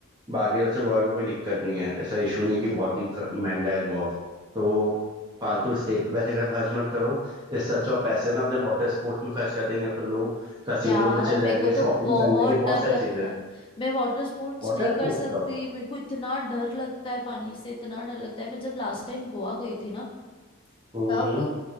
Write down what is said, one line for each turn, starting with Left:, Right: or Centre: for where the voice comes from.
Right: बाकी सबसे गोवा में कोई दिक्कत नहीं है ऐसा इशू नहीं कि बहुत ही क- महंगा है गोवा तो फालतू स्टे पे पैसे खर- खर्च मत करो इससे अच्छा और पैसे ना अपने वाटर स्पोर्ट्स में खर्च कर देंगे अपन लोग कसिनो
Left: यार
Right: पे चले
Left: मेरे
Right: जाएंगे
Left: को तो
Right: शॉपिंग
Left: बहुत
Right: कर लेंगे बहुत
Left: डर
Right: सारी
Left: लगता
Right: चीजें हैं
Left: है मैं वाटर स्पोर्ट्स
Right: वाटर
Left: नहीं
Right: स्पोर्ट्स
Left: कर सकती
Right: का
Left: मेरे को इतना डर लगता है पानी से इतना डर लगता है मैं जब लास्ट टाइम गोवा गई थी ना
Right: हम्म
Left: तब
Right: हम्म,